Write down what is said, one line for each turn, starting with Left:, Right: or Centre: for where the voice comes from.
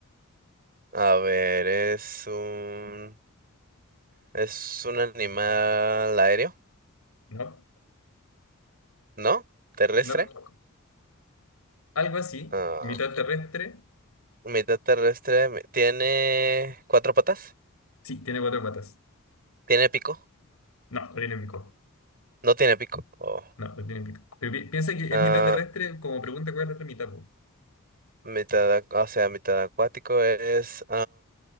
Right: A ver, es un, es un animal aéreo,
Left: No,
Right: ¿no? Terrestre.
Left: no. Algo así,
Right: Ah,
Left: mitad terrestre.
Right: mitad terrestre. mi- Tiene cuatro patas.
Left: Sí, tiene cuatro patas.
Right: Tiene pico.
Left: No, no tiene pico.
Right: No tiene pico. Oh.
Left: No, no tiene pico. Pero pi- piensa que
Right: Ah,
Left: es mitad terrestre, como pregunta cuál es la otra mitad, po.
Right: mitad, ac- o sea, mitad acuático es.